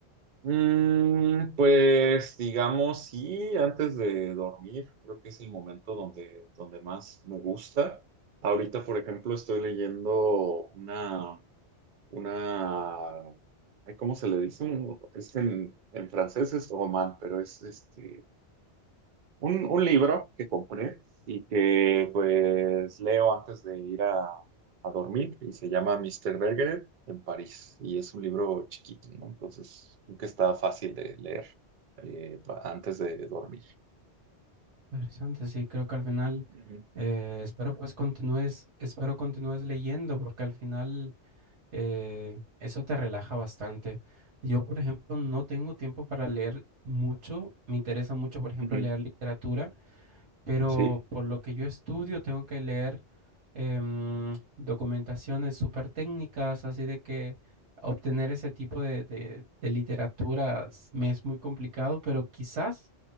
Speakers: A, on the right (about 55°); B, on the right (about 85°).
A: Mm, pues digamos, sí, antes de dormir, creo que es el momento donde, donde más me gusta. Ahorita, por ejemplo, estoy leyendo una, una, ay, ¿cómo se le dice? Un- Es en, en francés es román, pero es este, Un, un libro que compré y que pues leo antes de ir a, a dormir y se llama Mister Bergeret en París y es un libro chiquito, ¿no? Entonces creo que está fácil de leer eh, pa- antes de dormir.
B: Interesante, sí, creo que al final
A: Ujú,
B: eh, espero pues continúes, espero continúes leyendo porque al final eh, eso te relaja bastante. Yo, por ejemplo, no tengo tiempo para leer mucho, me interesa mucho, por ejemplo,
A: ujú,
B: leer literatura, pero
A: Sí,
B: por lo que yo estudio tengo que leer em, documentaciones súper técnicas, así de que obtener ese tipo de, de, de literaturas me es muy complicado, pero quizás